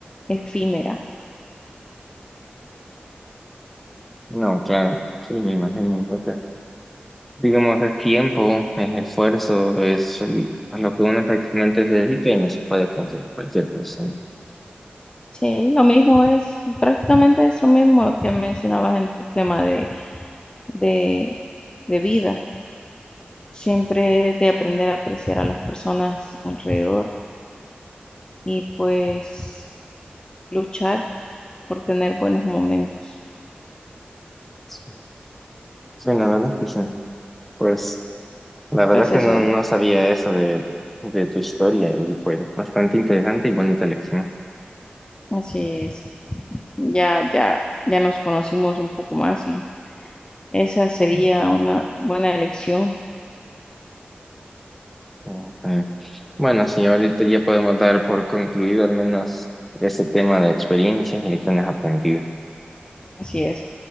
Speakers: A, on the left (about 25°); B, in the centre.
A: efímera.
B: No, claro, sí, me imagino. Entonces, digamos, es tiempo, es esfuerzo, es l- a lo que uno prácticamente se dedica y no se puede confiar en cualquier persona.
A: Sí, lo mismo es, prácticamente es lo mismo que mencionabas en tu tema de, de, de vida. Siempre es de aprender a apreciar a las personas alrededor y pues luchar por tener buenos momentos.
B: Sí, Sí, la verdad es que sí. Pues, la verdad
A: Pues
B: es que
A: eso,
B: no, no sabía eso de, de tu historia y fue bastante interesante y bonita lección.
A: así es. Ya, ya, ya nos conocimos un poco más y esa sería
B: Ujú.
A: una buena elección.
B: Ok. Bueno, sí, ahorita ya podemos dar por concluido al menos ese tema de experiencias y lecciones aprendidas.
A: Así es.